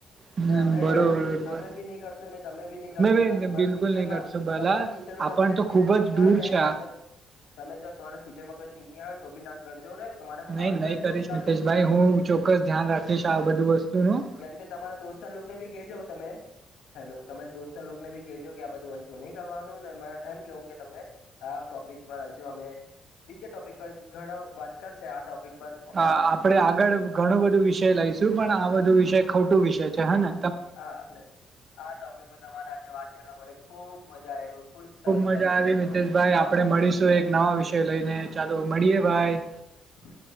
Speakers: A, on the right; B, on the left.
A: હમ,
B: ને અમે
A: બરોબર બરોબર
B: અમે બી નહી કરશો ન તમે બી નહી કરશો
A: બી
B: તમારા
A: બિલકુલ
B: ફ્યુચરમાં
A: નહી કરશો ભલા
B: તમારા ફ્યુચર જો તમને
A: આપણ તો
B: કો થિકિંગ
A: ખુબ જ
B: આવે
A: દૂર છે આ
B: તમે જો તમારે ફ્યુચરમાં કોઈ થિંકિંગ આવે તો બી ના કરજો ને તમારા હાથ
A: નહી નહી
B: દોસ્તાર
A: કરીશ નિતેશભાઈ
B: લોકોને બી
A: હું ચોક્કસ ધ્યાન રાખીશ આ બધું વસ્તુ નું.
B: કેમ કે તમારા દોસ્તાર લોકને ભી કહેજો તમે હેલો તમામે દોસ્તાર લોકને ભી કહેજો કે આ બધું વસ્તુ હુ નહી કરવાનું ને એમ કેવું કે તમને આ ટોપિક પર હજુ અમે બીજા ટોપિક પર ઘણા વાત કરશે આ ટોપિક પર હમણાં
A: હા આપડે આગળ ઘણું બધું વિષય લઈશું પણ આ બધું વિષય ખોટું વિષય છે હે ને.
B: હા આ ટોપિકમાં તમારા જો વાત કરવા મને ખૂબ મજા આવયુ ખુબ સરસ
A: મજા
B: લાગ્યુંને
A: આવી
B: તમારો
A: મિતેશભાઈ
B: ખૂબ ખૂબ
A: આપડે
B: આભાર.
A: મળીશું એક નવા વિષય લઈને ચાલો મળીયે ભાઈ.
B: હ.